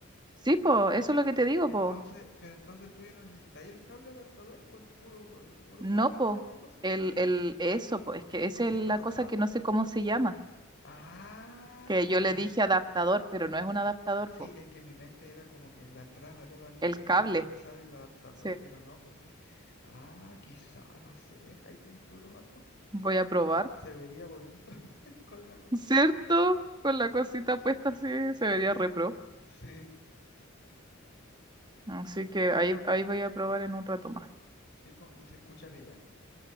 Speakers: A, on the right; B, on the left.
A: Sí, po, eso es lo que te digo,
B: Entonces,
A: po.
B: pero entonces el tuyo no necesitáis el cable adaptador, pues el puro, el puro
A: No,
B: potito
A: po,
B: de la cosa,
A: el,
B: pues.
A: el, eso, po, es que
B: El
A: esa
B: cosito
A: es la
B: rosado.
A: cosa que no sé cómo se llama,
B: Ah,
A: que yo
B: ya.
A: le dije adaptador, pero no es un adaptador,
B: Sí,
A: po,
B: es que mi mente era como que la entrada no era la misma
A: el
B: y
A: cable.
B: tenía que usar el adaptador,
A: Sí,
B: pero no, pues sí. Ah, quizá, no sé. Ahí tenéis que probar, pues.
A: voy a probar,
B: Se vería bonito <laughs> con la cuestión
A: ¿cierto?
B: puesta.
A: Con la cosita puesta así se vería
B: Sí,
A: repro.
B: sí,
A: Así que ahí, ahí voy a probar en un rato más.
B: sí, po, Y se escucha bien.